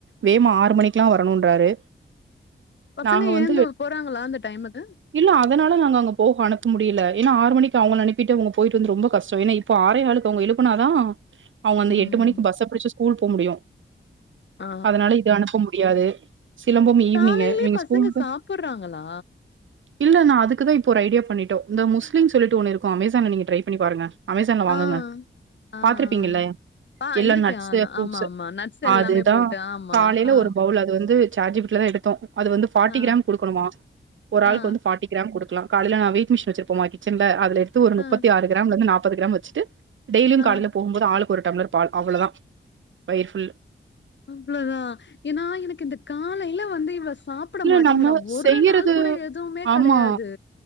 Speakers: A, on the right; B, on the left.
A: வேமா ஆறு மணிக்குலா வரணுன்றாரு
B: பசங்க
A: நாங்க
B: எழுந்து
A: வந்து
B: போறாங்களா அந்த டைமுக்கு
A: இல்ல அதனால நாங்க அங்க போக அனுப்ப முடியல ஏனா ஆறு மணிக்கு அவங்கள அனுப்பிட்டு இவுங்க போயிட்டு வந்து ரொம்ப கஷ்டோ ஏன்னா இப்ப ஆறேகாளுக்கு அவங்க எழுப்புனா தா அவங்க அந்த
B: ம்
A: எட்டு மணிக்கு பஸ்ஸ பிடிச்சு ஸ்கூல் போ முடியு
B: ஆ
A: அதனால இது அனுப்ப முடியாது சிலம்பம் ஈவினிங்கு
B: காலையிலயே
A: இவிங்க
B: பசங்க
A: ஸ்கூல்கு
B: சாப்புட்றாங்களா?
A: இல்ல நா அதுக்குதா இப்போ ஒரு ஐடியா பண்ணிட்டோ இந்த முஸ்லீம் சொல்லிட்டு ஒண்ணு இருக்கு அமேசான்ல நீங்க ட்ரை பண்ணி பாருங்க அமேசான்ல வாங்குங்க
B: ஆ ஆ ஆ
A: பாத்துருப்பீங்கல்ல
B: ஆ
A: எல்லா
B: இருக்கு
A: நட்ஸு
B: ஆ
A: ஃப்ரூட்ஸு
B: ஆமா ஆமா நட்ஸ் எல்லாமே
A: அதுதா
B: போட்டு ஆமா
A: காலையில
B: ஆ
A: ஒரு பவுல் அது வந்து சாட்ஜிபிட்டில தா எடுத்தோ அது வந்து ஃபார்டி
B: ஆ
A: கிராம் குடுக்கணுமா ஒரு ஆளுக்கு
B: ஆ
A: வந்து ஃபாட்டி கிராம் குடுக்கலா காலையில நா வெயிட் மிஷின் வச்சிருப்போமா கிச்சன்ல அதுல எடுத்து ஒரு முப்பத்தி
B: ஆ
A: ஆறு கிராம்ல இருந்து நாப்பது கிராம் வச்சுட்டு டெய்லியு
B: ஆ
A: கால்ல போகும்போது ஆளுக்கு ஒரு டம்ளர் பால் அவ்வளோதா வயிர் ஃபுல்
B: அவ்ளதா ஏன்னா எனக்கு இந்த காலையில வந்து இவ்ள சாப் ப்பிட
A: இல்ல
B: மாட்டேங்கிறா
A: நம்ம
B: ஒரு
A: செய்யறது
B: நாள் கூட எதுவுமே
A: ஆமா
B: கிடையாது